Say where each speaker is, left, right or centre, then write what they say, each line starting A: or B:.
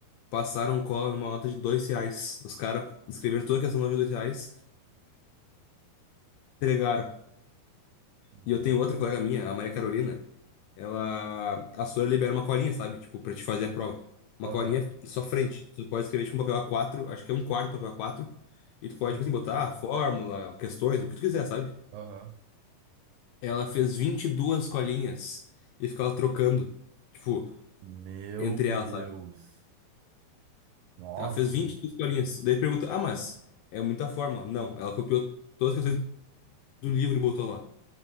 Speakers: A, on the left; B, on the right.
A: passaram cola numa nota de dois reais. Os caras escreveram toda a questão na nota de dois reais. Entregaram.
B: Meu-
A: E eu tenho outra colega minha, a Maria Carolina. Ela. A senhora libera uma colinha, sabe? Tipo, pra te fazer a prova. Uma
B: Aham.
A: colinha só frente. Tu pode escrever tipo um papel a quatro acho que é um quarto papel a quatro E
B: Sim,
A: tu pode, tipo assim,
B: sim.
A: botar ah, fórmula, questões, o que tu quiser, sabe?
B: Aham.
A: Ela fez 22 colinhas e ficava trocando. Tipo,
B: Meu
A: entre elas,
B: Deus.
A: sabe?
B: Nossa.
A: Ela fez 22 colinhas. Daí tu pergunta, ah, mas é muita fórmula. Não, ela copiou todas as questões do livro e botou lá.